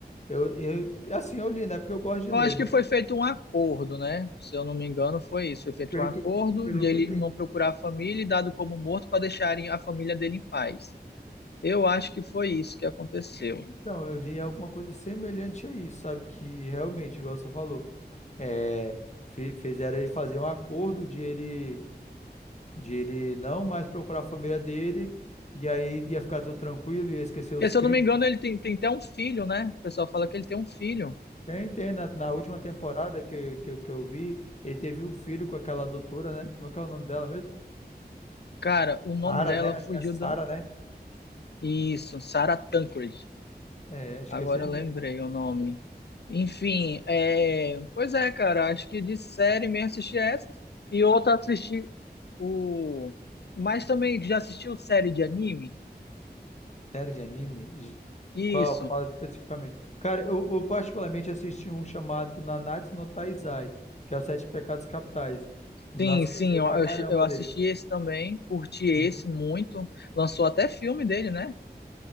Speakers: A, on the left; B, on the left.
A: Eu, eu, assim, eu li, né? Porque eu gosto de
B: Eu
A: ler.
B: acho
A: Não,
B: que foi feito um acordo, né? Se eu não me engano, foi isso. Foi feito
A: pelo
B: um acordo
A: que, pelo
B: de ele
A: que eu entendi.
B: não procurar a família e dado como morto para deixarem a família dele em paz. Eu acho que foi isso que aconteceu.
A: Então, eu li alguma coisa semelhante a isso, sabe? Que realmente, igual você falou, é, fe- fizeram ele fazer um acordo de ele, de ele não mais procurar a família dele, e aí ia ficar tudo tranquilo, ia esquecer os
B: Porque, se
A: crimes.
B: eu não me engano, ele tem, tem até um filho, né? O pessoal fala que ele tem um filho.
A: Tem, tem. Na, na última temporada que, que, eu que eu vi, ele teve um filho com aquela doutora, né? Como é que é o nome dela mesmo?
B: Cara, o nome
A: Sara,
B: dela
A: né? Acho
B: fugiu
A: que é Sara,
B: do.
A: né?
B: Isso, Sarah Tancred.
A: É, acho
B: Agora
A: que é isso aí mesmo.
B: eu lembrei o nome. Enfim, é... pois é, cara. Acho que de série mesmo assisti essa. E outra assisti o. Mas também já assistiu série de anime?
A: Série de anime? J-
B: Isso.
A: Qual? Qual especificamente? Cara, eu, eu particularmente assisti um chamado Nanatsu no Taizai, que é os Sete Pecados Capitais. Nossa,
B: Sim, sim,
A: eu gostei
B: eu,
A: pra
B: eu
A: caramba
B: che- eu assisti
A: dele.
B: esse também. Curti esse
A: Uhum.
B: muito. Lançou até filme dele, né?